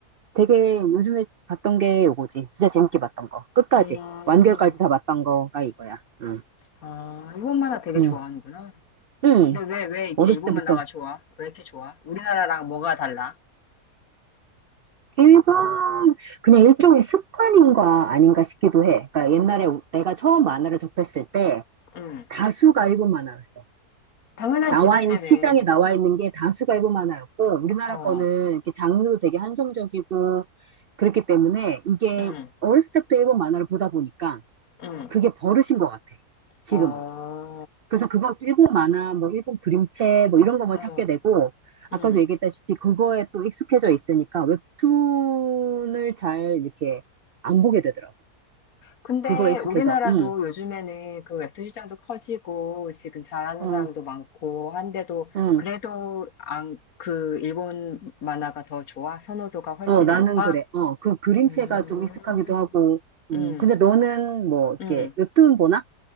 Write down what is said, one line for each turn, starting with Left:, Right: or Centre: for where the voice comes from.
Right: 되게 요즘에 봤던 게 요거지. 진짜 재밌게 봤던 거. 끝까지.
Left: 음,
Right: 완결까지 다 봤던 거가 이거야. 응.
Left: 아 일본 만화 되게
Right: 응.
Left: 좋아하는구나.
Right: 응.
Left: 근데 왜, 왜 이렇게
Right: 어렸을
Left: 일본
Right: 때부터.
Left: 만화가 좋아? 왜 이렇게 좋아? 우리나라랑 뭐가 달라?
Right: 일본, 그냥 일종의 습관인가 아닌가 싶기도 해. 그러니까 옛날에 내가 처음 만화를 접했을 때
Left: 음,
Right: 다수가 일본 만화였어.
Left: 당연하지,
Right: 나와
Left: 그때는.
Right: 있는, 시장에 나와 있는 게 다수가 일본 만화였고, 우리나라
Left: 어,
Right: 거는 이렇게 장르도 되게 한정적이고, 그렇기 때문에 이게
Left: 음,
Right: 어렸을 때부터 일본 만화를 보다 보니까
Left: 음,
Right: 그게 버릇인 것 같아. 지금은.
Left: 어,
Right: 그래서 그거 일본 만화, 뭐 일본 그림체, 뭐 이런 거만
Left: 어,
Right: 찾게 되고, 아까도
Left: 음.
Right: 얘기했다시피 그거에 또 익숙해져 있으니까 웹툰을 잘 이렇게 안 보게 되더라고.
Left: 근데
Right: 그거에 익숙해서,
Left: 우리나라도
Right: 응,
Left: 요즘에는 그 웹툰 시장도 커지고 지금 잘하는
Right: 어,
Left: 사람도 많고 한데도
Right: 응,
Left: 그래도 안, 그 일본 만화가 더 좋아? 선호도가 훨씬
Right: 어, 나는
Left: 높아?
Right: 그래. 어, 그 그림체가
Left: 음,
Right: 좀 익숙하기도 하고, 음,
Left: 음,
Right: 근데 너는 뭐 이렇게
Left: 음.
Right: 웹툰 보나?